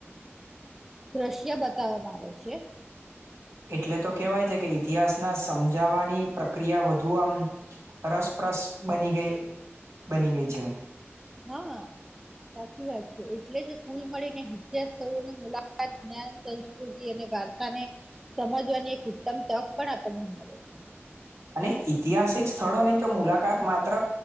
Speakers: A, in the centre; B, on the right.
A: દ્રશ્ય બતાવવામાં આવે છે
B: એટલે તો કેહેવાય છે કે ઈતિહાસના સમજાવાની પ્રક્રિયા વધુ આમ રસપ્રસ બની ગઈ બની ગઈ છે
A: હા સાચી વાત છે એટલે જે કુલ મળીને સ્થળોની મુલાકાત જ્ઞાન સંસ્કૃતિ અને વાર્તા ને સમજવાની એક ઉત્તમ તક પણ આપણને મળે છે
B: અને ઐતિહાસિક સ્થળોની તો મુલાકાત માત્ર